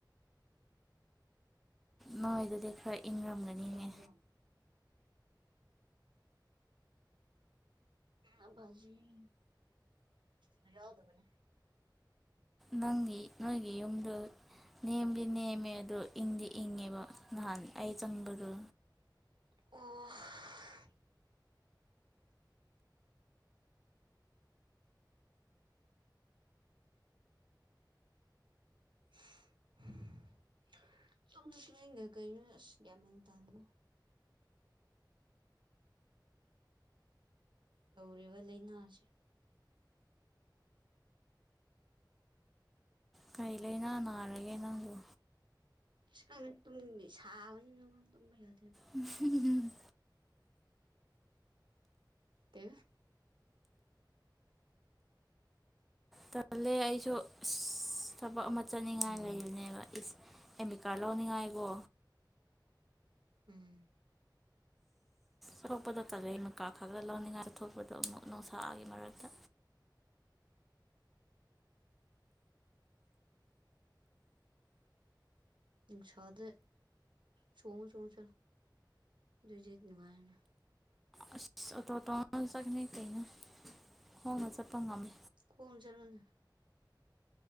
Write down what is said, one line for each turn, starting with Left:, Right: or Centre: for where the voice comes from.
Centre: ꯅꯣꯏꯗꯨꯗꯤ ꯈꯔ ꯏꯪꯉꯝꯒꯅꯤꯅꯦ
Right: ꯎꯝ ꯎꯝ ꯖ ꯌꯥꯎꯗ ꯃꯅꯦ
Centre: ꯅꯪꯒꯤ ꯅꯣꯏꯒꯤ ꯌꯨꯝꯗ ꯅꯦꯝꯗꯤ ꯅꯦꯝꯃꯦ ꯑꯗꯣ ꯏꯪꯗꯤ ꯏꯪꯉꯦꯕ ꯅꯍꯥꯟ ꯑꯩ ꯆꯪꯕꯗꯣ
Right: ꯑꯣ <unintelligible> ꯁ ꯃꯒ ꯀꯩꯅ ꯀꯃꯤꯅꯤ ꯇꯗꯥꯗꯅ ꯇꯧꯔꯤꯕ ꯂꯥꯏꯅꯥꯁꯦ
Centre: ꯀꯩ ꯂꯩꯥꯏꯩꯅ ꯅꯥꯟꯂꯒꯥꯏꯩꯅꯪꯕꯨ
Right: ꯇ ꯁꯥꯎ ꯌ
Centre: ꯝꯝ
Right: ꯇ
Centre: ꯇꯂꯦ ꯑꯩꯁꯨ ꯊꯕꯛ ꯑꯃ ꯆꯠꯅꯤꯡꯉꯥꯏ
Right: ꯎꯝ
Centre: ꯂꯩꯕꯅꯦꯕ ꯏꯁ ꯑꯦꯃꯤꯀꯥ ꯂꯧꯅꯤꯡꯉꯥꯏꯕꯣ
Right: ꯎꯝ
Centre: ꯆꯣꯛꯄꯗꯣ ꯆꯠꯂ ꯃꯀꯥ ꯈꯥ ꯈꯔ ꯂꯧꯅꯤꯡꯉꯥꯏꯗ ꯊꯣꯛꯄꯗꯣ ꯑꯃꯨꯛ ꯅꯨꯡꯁꯥꯒꯤ ꯃꯔꯛꯇ
Right: <inaudible> <inaudible> ꯁꯗꯦ ꯆꯣꯡꯉ ꯆꯣꯡꯉ ꯨꯖꯤꯠ ꯅꯨꯡꯉꯥꯏꯅ
Centre: ꯑꯁ ꯑꯣꯇꯣ ꯑꯣꯇꯣꯅ ꯆꯠꯅꯤ ꯀꯩꯅꯣ ꯍꯣꯡꯉ ꯆꯠꯄ ꯉꯝꯃꯦ
Right: ꯀ ꯆꯂꯅ